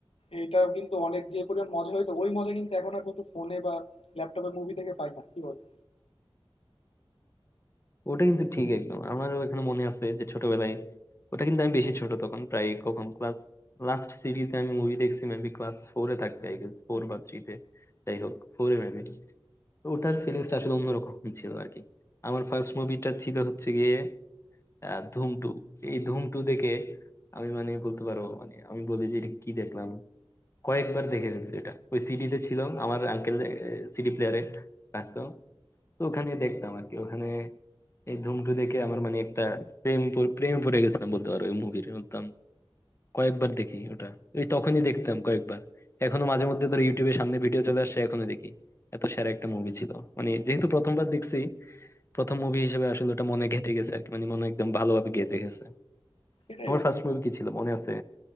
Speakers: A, on the left; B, on the left.
A: এইটাও কিন্তু অনেক যে পরিমাণ মজা হইতো ওই মজা কিন্তু এখন আর কিন্তু ফোনে বা ল্যাপটপে মুভি থেকে পাই না কি বল
B: ওটা কিন্তু ঠিক একদম আমারও এখানে মনে আছে যে ছোটবেলায় ওটা কিন্তু আমি বেশি ছোট তখন প্রায় কখন ক্লাস লাস্ট সিরিজে আমি মুভি দেখছি মেবি ক্লাস ফোরে থাকতে আই গেস ফোর বা থ্রিতে যাই হোক ফোরে মেবি ওটার ফিলিংসটা আসলে অন্যরকম ছিল আর কি আমার ফার্স্ট মুভিটা ছিল হচ্ছে গিয়ে আহ, ধুম টু এই ধুম টু দেখে আমি মানে বলতে পারো মানে আমি বলি যে এটা কি দেখলাম কয়েকবার দেখে ফেলছি এটা ওই সিডিতে ছিল আমার আঙ্কেল সিডি প্লেয়ারে রাখতো তো ওখানে দেখতাম আর কি ওখানে এই ধুম টু দেখে আমার মানে একটা প্রেম প- প্রেমে পড়ে গেছিলাম বলতে পারো ওই মুভির বলতাম কয়েকবার দেখি ওটা ওই তখনই দেখতাম কয়েকবার এখনো মাঝে মধ্যে ধরো ইউটিউবে সামনে ভিডিও চলে আসছে এখনো দেখি এত সেরা একটা মুভি ছিল মানে যেহেতু প্রথমবার দেখছি প্রথম মুভি হিসেবে আসলে ওটা মনে গেঁথে গেছে আর কি মানে মনে একদম ভালোভাবে গেঁথে গেছে
A: সেটাই
B: তোমার
A: বন্ধু
B: ফার্স্ট মুভি কি ছিল মনে আছে